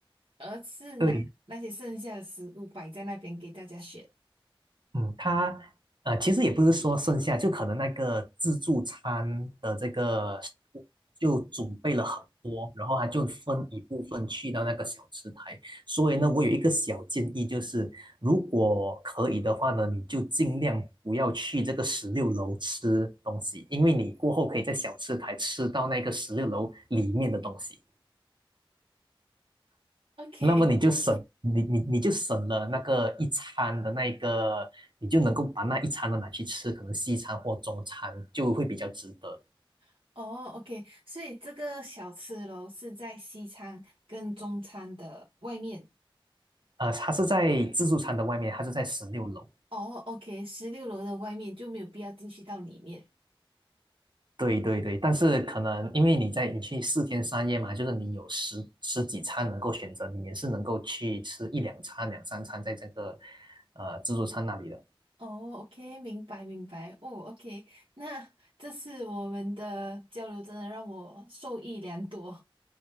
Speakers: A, on the right (about 70°); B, on the right (about 55°).
A: 而是拿那些剩下的食物摆在那边给大家选。
B: 对，嗯，他呃，其实也不是说剩下，就可能那个自助餐的这个食物就准备了很多，然后他就分一部分去到那个小吃台。所以呢，我有一个小建议，就是如果可以的话呢，你就尽量不要去这个十六楼吃东西，因为你过后可以在小吃台吃到那个十六楼里面的东西。
A: OK，
B: 那么你就省，你你你就省了那个一餐的那一个，你就能够把那一餐的拿去吃，可能西餐或中餐就会比较值得。
A: <laughs> 哦，OK，所以这个小吃楼是在西餐跟中餐的外面。
B: 呃，它是在自助餐的外面，它是在十六楼。
A: 哦，OK，十六楼的外面就没有必要进去到里面。
B: 对对对，但是可能因为你在你去四天三夜嘛，就是你有十十几餐能够选择，你也是能够去吃一两餐、两三餐在这个呃自助餐那里的。
A: 哦，OK，明白明白。哦，OK，那这次我们的交流真的让我受益良多。